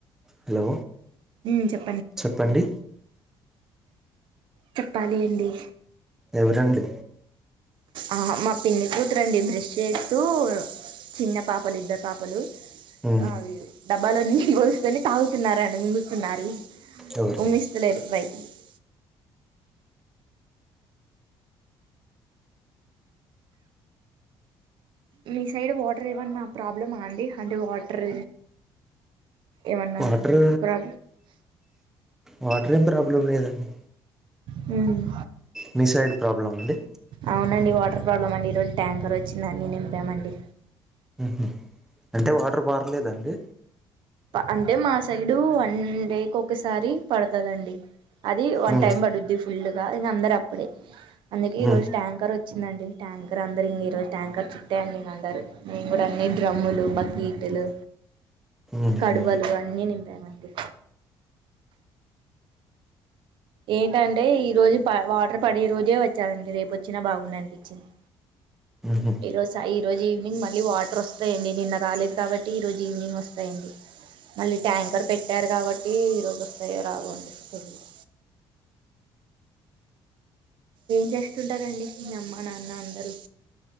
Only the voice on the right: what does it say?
మ్ చెప్
చెప్పాలి అండి
ఆ మా పిన్ని కూతురండి బ్రష్ చేస్తూ చిన్న పాపలు ఇద్దరు పాపలు
అవి డబ్బాలో నీల్లు పోసుకొని తాగుతున్నారండి మింగుతున్నారు
ఉమిష్లేరు బాయి అ మీ సైడ్ వాటర్ ఏవన్నా ప్రాబ్లమా అండి అంటే వాటర్ ఏవన్నా
ప్రా
హమ్
అవునండి వాటర్ ప్రాబ్లం అండి ఈరోజు ట్యాంకర్ వచ్చిందన్నీ నింపామండి
ఉ అంటే మా సైడు వన్ డేకి ఒకసారి పడతదండి అది వన్
టైమ్ పడుద్ది ఫుల్ ఇంగ అందరు అప్పుడే అందుకే ఈ
రోజు ట్యాంకర్ వచ్చిందండి ట్యాంకర్ అందరు ఇంక ఈ రజు ట్యాంకర్ చుట్టేఅండి ఇంక అందరు నేను కూడా అన్ని డ్రమ్ములు, బకీట్లు
కడువలు అన్నీ నింపామండి ఏంటంటే ఈ రోజు ప వాటర్ పడే రోజే వచ్చాలండి రేపు ఒచ్చినా బాగుంది అనిపించింది
ఈరోజు స ఈరోజు ఈవినింగ్ మళ్ళీ వాటర్ వస్తాయంండి నిన్న రాలేదు కాబట్టి ఈ రోజు ఈవినింగ్ వస్తాయండి మళ్ళీ ట్యాంకర్ పెట్టారు కాబట్టి ఈ రోజు వస్తాయో రావండి తెలీదు ఏం చేస్తుంటారండి మీ అమ్మ నాన్న అందరూ?